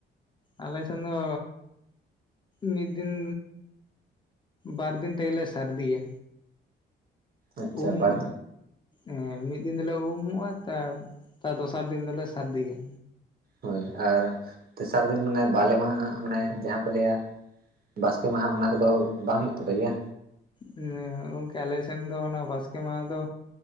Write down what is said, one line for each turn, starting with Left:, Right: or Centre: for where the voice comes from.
Left: ᱟᱞᱮᱥᱮᱱ ᱫᱚ ᱢᱤᱫ ᱫᱤᱱ ᱵᱟᱨᱫᱤᱱ ᱛᱮᱜᱮ ᱞᱮ ᱥᱟᱹᱨᱫᱤᱭᱟ
Right: ᱟᱪᱪᱷᱟ
Left: ᱩᱢ
Right: ᱵᱟᱨ
Left: ᱮᱸ ᱢᱤᱫ ᱫᱤᱱ ᱫᱚᱞᱮ ᱩᱢᱚᱜ-ᱟ ᱛᱟᱨ ᱫᱚᱥᱟᱨ ᱫᱤᱱ ᱫᱚᱞᱮ ᱥᱟᱨᱫᱤᱭᱟ
Right: ᱦᱳᱭ ᱟᱨ ᱛᱮᱥᱟᱨ ᱫᱤᱱ ᱢᱟᱱᱮ ᱵᱟᱞᱮ ᱢᱟᱦᱟ ᱢᱟᱱᱮ ᱡᱟᱦᱟᱸ ᱠᱚ ᱞᱟᱹᱭᱟ ᱵᱟᱥᱠᱮ ᱢᱟᱦᱟ ᱚᱱᱟ ᱠᱚᱫᱚ ᱵᱟᱝ ᱦᱩᱭᱩᱜ ᱛᱟᱯᱮ ᱜᱮᱭᱟ
Left: ᱦᱮ ᱜᱚᱢᱠᱮ ᱟᱞᱮᱥᱮᱱ ᱫᱚ ᱚᱱᱟ ᱵᱟᱥᱠᱮ ᱢᱟᱸᱦᱟ ᱫᱚ